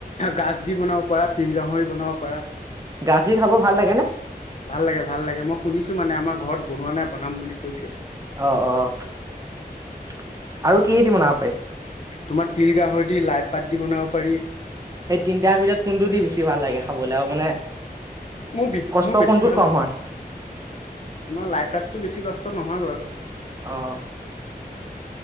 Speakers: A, on the left; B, on the right.
A: গাজ দি বনাব পাৰা, তিল গাহৰি বনাব পাৰা।
B: গাজি খাব ভাল লাগেনে?
A: ভাল লাগে, ভাল লাগে মই শুনিছোঁ মানে, আমাৰ ঘৰত বনোৱা নাই, বনাম বুলি কৈছে।
B: অ', অ', আৰু কিহেদি বনাব পাৰি?
A: তোমাৰ তিল গাহৰিদি লাই পাত দি বনাব পাৰি।
B: এই তিনটাৰ ভিতৰত কোনটো দি বেছি ভাল লাগে খাবলে আৰু মানে
A: মোৰ বি
B: কষ্ট
A: মোৰ বেছি
B: কোনটোত
A: ভাল
B: কম হয়?
A: তোমাৰ লাইপাততো বেছি কষ্ট নহয় বাৰু।
B: অ'।